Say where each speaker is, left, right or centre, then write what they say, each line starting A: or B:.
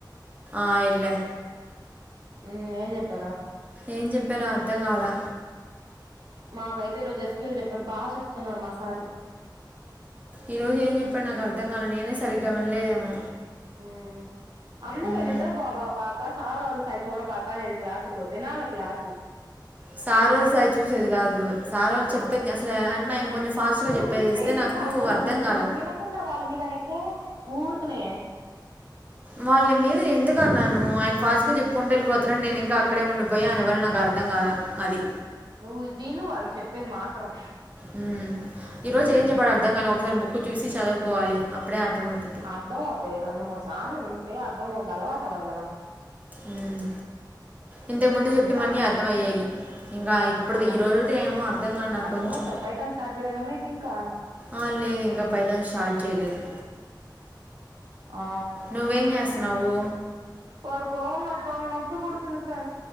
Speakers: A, on the right; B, on the right.
A: ఆ ఇల్లే
B: ఉ ఏం చెప్పారా
A: ఏం చెప్పాలో అర్థం గాలే
B: మాకైతే ఈరోజ ఎస్క్యూఎల్ చెప్పాడు బాగా చెప్తున్నాడు మా సారు
A: ఈరోజు ఏం చెప్పాడో నాకు అర్థం కాల నేనే సరిగ్గా వినలేదేమో
B: ఉమ్మ్ అందుకే
A: ఉమ్,
B: నిద్రబొక బాక సార్ సై చూడ బాకా అనేది క్లాసుల్లో వినాల క్లాసు
A: సారోళ్ళ సైడ్ చూసేది కాదు సారోళ్ళు
B: ఆ
A: చెప్పేది అసలు అంటే ఆయన కొంచెం ఫాస్ట్గా
B: నువ్వు
A: చెప్పేస్తే
B: వింటే ఎందుకు
A: నాకు
B: అర్థం అవ్వదు
A: కాలే
B: నువ్వు వినకుండా వాళ్ళ మీద అనేస్తే ఊరికనే
A: వాళ్ళ మీద ఎందుకు అన్నాను ఆయన ఫాస్ట్‌గా చెప్పుకుంట వెళ్ళిపోతున్నాడు నేనింకా అక్కడే ఉండిపోయా అందువల్ల నాకు అర్థం కాలా అది
B: నువ్వు విను వాళ్ళు చెప్పేది మాత్రం
A: ఉమ్మ్ ఈరోజు
B: ఉమ్
A: ఏం చెప్పాడో అర్థం కాల ఒకసారి బుక్ చూసి చదువుకోవాలి అప్పుడే అర్థంమవుతది
B: అర్థం అవుతాయి రెండు మూడు సార్లు వింటే అర్థమవుద్ది అలవాటు అవ్వాలి కదా
A: ఉమ్మ్ ఇంతకుముందు చెప్పినవన్నీ
B: నిదానం
A: అర్థమయ్యాయి ఇంకా ఇప్పుడుదే
B: ఉమ్
A: ఈరోజుడిదే ఏమో అర్థం కాలే నాకు
B: అర్థమవుతలే
A: కొంచెం
B: పైతాన్ స్టార్ట్ చేయలేదా మీకు ఇంకా
A: ఆ లేదు ఇంకా పైతాన్ స్టార్ట్ చేయలేదు
B: ఆ
A: నువ్వేం చేస్తున్నావు
B: పడుకోవున్న అక్క నొప్పి పడుతుంది ఫ్రేం